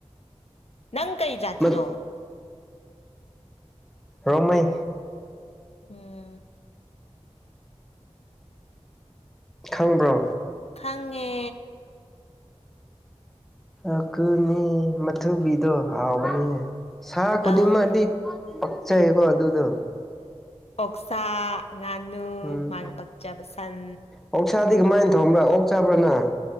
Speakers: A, on the left; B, in the centre.
A: ꯅꯪ ꯀꯩ ꯖꯥꯇꯤꯅꯣ
B: ꯃꯠ ꯔꯣꯡꯃꯩ
A: ꯎꯝ
B: ꯈꯪꯕ꯭ꯔꯣ
A: ꯈꯪꯉꯦ
B: ꯑ ꯀꯅꯤ ꯃꯊꯨꯕꯤꯗꯣ ꯍꯥꯎꯕꯅꯤꯅꯦ ꯁꯥ ꯈꯨꯗꯤꯡꯃꯗꯤ
A: ꯑꯧ
B: ꯄꯛꯆꯩꯀꯣ ꯑꯗꯨꯗꯣ
A: ꯑꯣꯛꯁꯥ ꯉꯥꯅꯨ
B: ꯎꯝ
A: ꯃꯥꯒꯤ ꯄꯥꯛꯆꯕ ꯁꯟ
B: ꯑꯣꯛꯁꯥꯗꯤ ꯀꯃꯥꯏꯅ ꯊꯣꯡꯕ꯭ꯔꯥ ꯑꯣꯛ ꯆꯥꯕ꯭ꯔꯥ ꯅꯥ